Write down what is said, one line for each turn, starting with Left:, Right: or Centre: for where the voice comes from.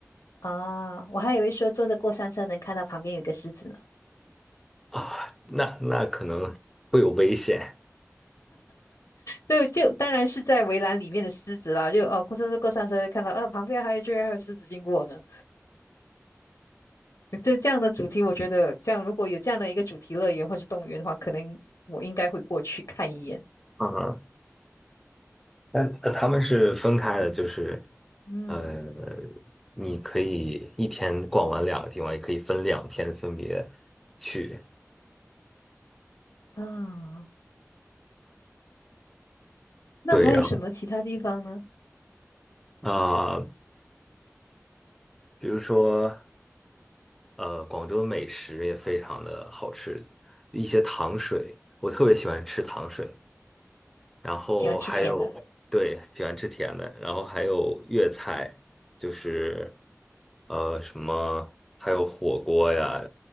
Left: 啊？我还以为说坐着过山车能看到旁边有一个狮子呢。
Centre: 啊，那那可能会有危险。
Left: 就就当然是在围栏里面的狮子啦，就哦，过车过山车看到，啊，旁边还有居然还有狮子经过呢。这这样的主题，我觉得这样如果有这样的一个主题乐园或是动物园的话，可能我应该会过去看一眼。
Centre: 嗯，那呃他们是分开的，就是
Left: 嗯
Centre: 呃，你可以一天逛完两个地方，也可以分两天分别去。
Left: 啊，那还有什么其他地方呢？
Centre: 对呀，啊，比如说呃，广州的美食也非常的好吃，一些糖水，我特别喜欢吃糖水，然后还有对喜欢吃甜的，
Left: 喜欢吃甜的，
Centre: 然后还有粤菜，就是。呃，什么还有火锅呀，